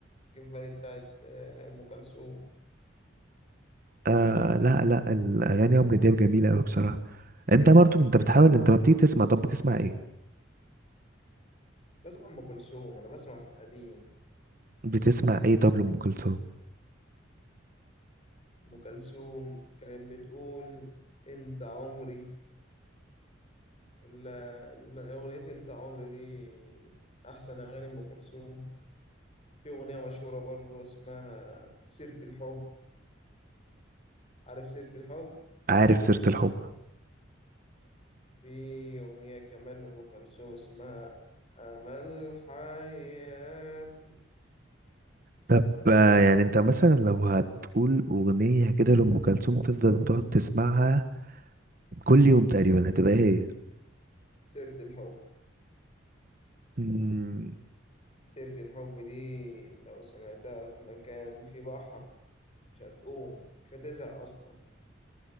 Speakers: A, on the left (about 30°); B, on the right (about 45°).
A: جه في بالي بتاعت آه، ام كلثوم
B: آه لا لا الاغاني عمرو دياب جميله قوي بصراحه انت برضو انت بتحاول انت ما بتيجي تسمع طب بتسمع ايه
A: بسمع ام كلثوم انا بسمع في القديم
B: بتسمع ايه طب لام كلثوم
A: ام كلثوم كانت بتقول انت عمري ال- الم- أغنية أنت عمري دي أحسن أغاني أم كلثوم في أغنية مشهورة برضو اسمها سيرة الحب عارف سيرة الحب
B: عارف سيره الحب
A: في أغنية كمان لأم كلثوم اسمها أمل حياتي
B: طب آه يعني انت مثلا لو هتقول اغنيه كده لام كلثوم تفضل تقعد تسمعها كل يوم تقريبا هتبقى ايه
A: سيرة الحب
B: مم،
A: سيرة الحب دي لو سمعتها في مكان في بحر مش هتقوم مش هتزهق أصلا